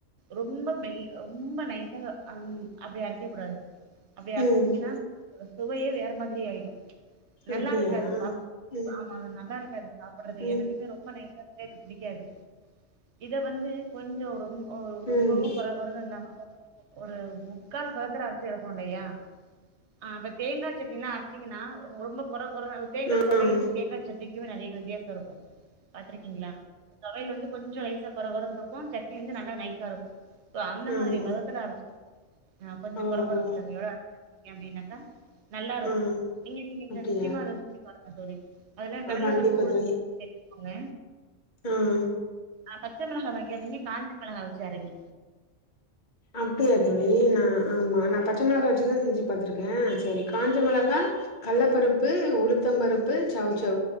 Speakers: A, on the right; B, on the left.
A: ரொம்ப மெ ரொம்ப நைஸா அ அப்டி அரைக்க கூடாது அப்டி
B: ம்
A: அரச்சிங்கன்னா அதோட சுவையே வேற மாதிரி ஆய்டு நல்லா
B: அப்டியா
A: இருக்காது சாப்பா
B: ம்
A: <unintelligible> ஆமா அது நல்லா இருக்காது சாப்புடாறது
B: ம்
A: எனக்குமே ரொம்ப நைசா சேத்து புடிக்காது இதவந்து கொஞ்சொ ரொம்பொ ரொம்பொவு
B: ம்
A: கொற கொறன்னுஇல்லாம ஒரு ஒரு முக்கால் பதத்துல அரச்சு எடுப்போ இல்லையா ஆ ப்ப தேங்கா சட்னிலா அரச்சீங்கன்னா ரொம்ப கொற கொற தேங்கா
B: ஆ
A: தொவையளுக்கு
B: ம்
A: தேங்கா சடனிக்குமே நறைய வித்தியாசோருக்கு பாத்திருக்கீங்ளா தொவையல் வந்து கொஞ்சொ லேசா கொர கொரன்ருக்கூ சட்னி வந்து நல்லா நைசாருக் இப்போ அந்த
B: ஆமா
A: மாரி பதத்துல அரச் ஆ கொஞ்சோ
B: ஓ ஓ
A: கொரகொரப்பு தன்மையோட அப்படின்னாக்கா நல்லாருக்கு
B: ஆ
A: நீங்க நீங்க
B: அப்டியா
A: நிச்சயமா அத சிரி பாருக்க தோழி அதெல்லா கடலபருப்
B: ஆ கண்டிப்பா
A: உளுத்த
B: தோழி
A: <inaudible> அவுங்க
B: ஆ ம்
A: அ பச்சமிளகா வக்காதீங்க காஞ்சமெளகா வச்சு அரங்க
B: அப்டியா தோழி நா ஆம்மா நா பச்ச மிளகா வச்சுதா செஞ்சு பாத்திருக் சரி காஞ்ச மிளகா, கள்ளப்பருப்பு, உளுத்தம்பருப்பு, சௌசௌ